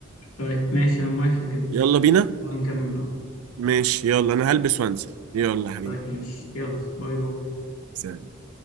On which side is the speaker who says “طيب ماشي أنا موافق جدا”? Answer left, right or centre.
Left